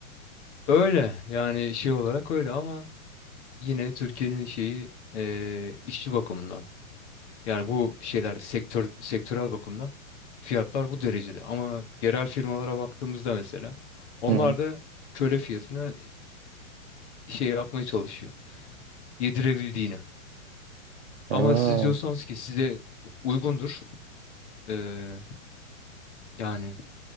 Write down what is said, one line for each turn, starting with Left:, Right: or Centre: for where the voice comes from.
Left: Öyle yani şey olarak öyle ama yine Türkiye'nin şeyi eee, işçi bakımından yani bu şeyler sektör sektörel bakımdan fiyatlar bu derecede. Ama yerel firmalara baktığımızda mesela onlar
Right: Hı hı.
Left: da köle fiyatına şey yapmaya çalışıyor. Yedirebildiğine.
Right: <laughs>
Left: Ama
Right: Aa,
Left: siz diyorsanız ki size uygundur. eee, yani